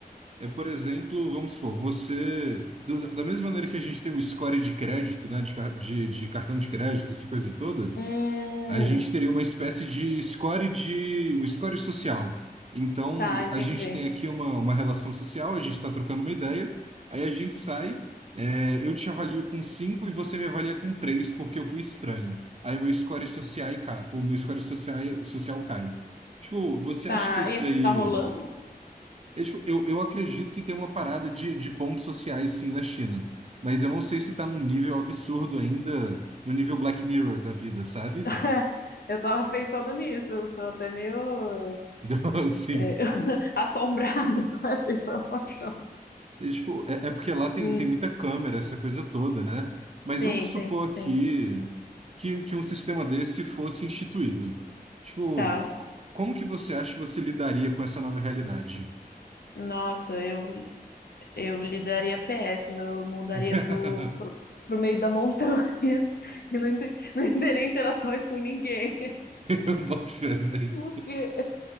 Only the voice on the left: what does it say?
Hum,
tá, entendi.
Tá,
isso
tá rolando?
<laughs>
Eu tava pensando nisso, eu tô até meio
é, <laughs> assombrada com essa informação.
Hum,
sim,
tem, sim,
tá.
Nossa, eu Eu lidaria PS, eu mudaria
pro, pro, pro meio da montanha <laughs> e não, inter- não teria interações com ninguém. <laughs>
Por quê?